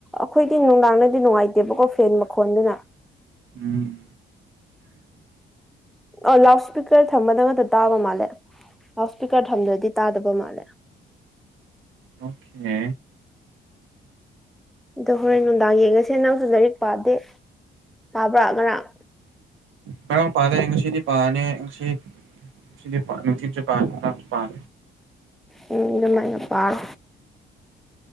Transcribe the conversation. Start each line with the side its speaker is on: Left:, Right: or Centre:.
Centre: ꯑꯈꯣꯏꯗꯤ ꯅꯨꯡꯗꯥꯡꯗꯗꯤ ꯅꯨꯡꯉꯥꯏꯇꯦꯕꯀꯣ ꯐꯦꯟ ꯃꯈꯣꯟꯗꯨꯅ
Right: ꯎꯝ
Centre: ꯑꯣ ꯂꯥꯎꯠ ꯁ‍꯭ꯄꯤꯀꯔ ꯊꯝꯕꯗ ꯉꯛꯇ ꯇꯥꯕ ꯃꯥꯜꯂꯦ ꯂꯥꯎꯠ ꯁ꯭ꯄꯤꯀꯔ ꯊꯝꯗ꯭ꯔꯗꯤ ꯇꯥꯗꯕ ꯃꯥꯜꯂꯦ
Right: ꯑꯣꯈꯦ
Centre: ꯑꯗꯣ ꯍꯣꯔꯦꯟ ꯅꯨꯡꯗꯥꯡ ꯌꯦꯡꯉꯁꯦ ꯅꯪꯁꯨ ꯂꯥꯏꯔꯤꯛ ꯄꯥꯗꯦ ꯄꯥꯕ꯭ꯔ ꯉꯔꯥꯡ
Right: ꯉꯔꯥꯡ ꯄꯥꯗꯦ ꯑꯩ ꯉꯁꯤꯗꯤ ꯄꯥꯔꯅꯤ ꯉꯁꯤ ꯉꯁꯤꯗꯤ ꯄꯥ ꯅꯨꯡꯊꯤꯟꯁꯨ ꯄꯥꯅꯤ ꯉꯥꯔꯥꯡꯁꯨ ꯄꯥꯅꯤ
Centre: ꯎꯝ ꯑꯗꯨꯃꯥꯏꯅ ꯄꯥꯔꯣ